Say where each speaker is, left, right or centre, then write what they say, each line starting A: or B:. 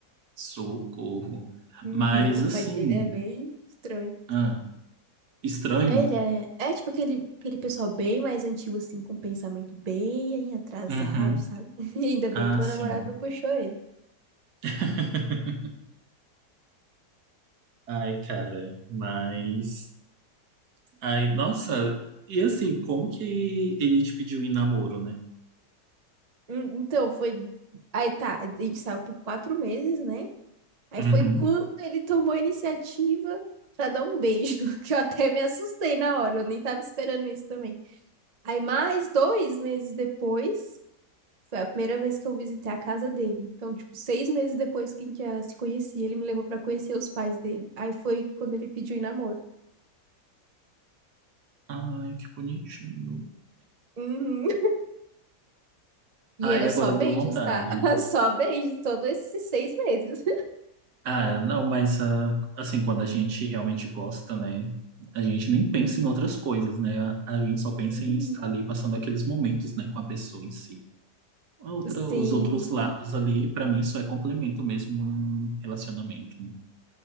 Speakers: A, on the right (about 65°); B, on the right (about 45°).
A: Socorro.
B: Uhum,
A: Mas,
B: o
A: assim,
B: pai dele é bem estranho.
A: ah, estranho.
B: Ele é, é tipo aquele, aquele pessoal bem mais antigo, assim, com pensamento bem atrasado,
A: Uhum.
B: sabe? <laughs> E ainda bem
A: Ah,
B: que meu
A: sim.
B: namorado não puxou ele.
A: <laughs> Ai, cara, mas. Ai, nossa. E assim, como que ele te pediu em namoro, né?
B: Hum, Então, foi. Aí tá, a gente saiu por quatro meses, né? Aí
A: Uhum.
B: foi quando ele tomou a iniciativa pra dar um beijo, <laughs> que eu até me assustei na hora, eu nem tava esperando isso também. Aí mais dois meses depois. Foi a primeira vez que eu visitei a casa dele. Então, tipo, seis meses depois que a gente já se conhecia, ele me levou pra conhecer os pais dele. Aí foi quando ele pediu em namoro.
A: Ai, que bonitinho.
B: Uhum. E
A: Ai,
B: era
A: agora
B: só beijos,
A: deu vontade.
B: tá? <laughs> Só beijos, todos esses seis meses.
A: Ah, é, não, mas ah, assim, quando a gente realmente gosta, né? A gente nem pensa em outras coisas, né? A gente só pensa
B: Uhum.
A: em estar ali passando aqueles momentos, né, com a pessoa em si. A outra,
B: Sim,
A: os outros lados ali, pra mim, só é complemento mesmo num relacionamento, né?